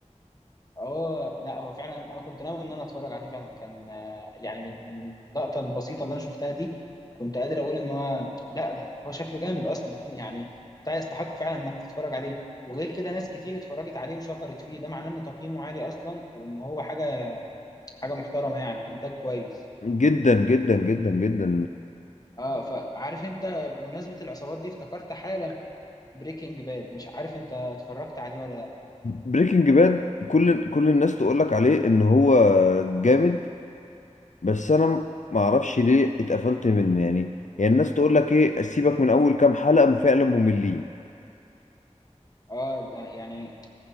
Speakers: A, on the left; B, on the left.
A: اه لا هو فعلا انا كنت ناوي ان انا اتفرج عليه فعلا كان آه، يعني من من اللقطه البسيطه اللي انا شفتها دي كنت قادر اقول ان هو لا ده هو شكله جامد اصلا <laughs> يعني بتاع يستحق فعلا انك تتفرج عليه وغير كده ناس كتير اتفرجت عليه وشكرت فيه ده معناه ان تقييمه عالي اصلا وان هو حاجه حاجه محترمه يعني انتاج كويس
B: جدا جدا جدا جدا
A: اه فعارف انت بمناسبه العصابات دي افتكرت حالا بريكنج باد مش عارف انت اتفرجت عليه ولا لا
B: بريكنج باد كل كل الناس تقول لك عليه ان هو جامد بس انا ما اعرفش ليه اتقفلت منه يعني يعني الناس تقول لك ايه سيبك من اول كام حلقة فعلا مملين
A: اه ده يعني